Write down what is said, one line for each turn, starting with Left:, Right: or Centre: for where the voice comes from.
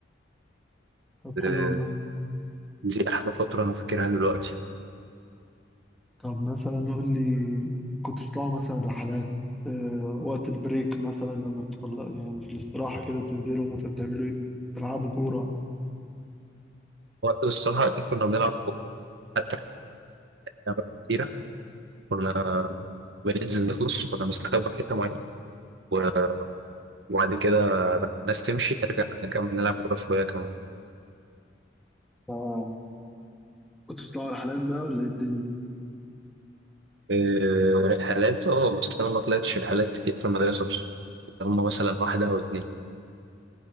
Centre: طب حلو
Right: آه،
Centre: والله
Right: دي احلى فتره انا فاكرها دلوقتي
Centre: طب مثلا قول لي كنت بتطلعوا مثلا رحلات آه وقت البريك مثلا لما بتطلع يعني في الاستراحة كده بتنزلوا مثلا تعملوا ايه تلعبوا كورة
Right: وقت الصراحه أكيد كنا بنلعب كورة. حتى كنا أوقات كتيره كنا بننزل نخلص كنا بنستخبى في حته معينه و- وبعد كده الناس تمشي نرجع نكمل نلعب كوره شويه كمان
Centre: اه كنت بتطلع رحلات بقى ولا ايه الدنيا
Right: آه، رحلات اه بس انا ما طلعتش رحلات كتير في المدرسه بصراحه هم مثلا واحده او اتنين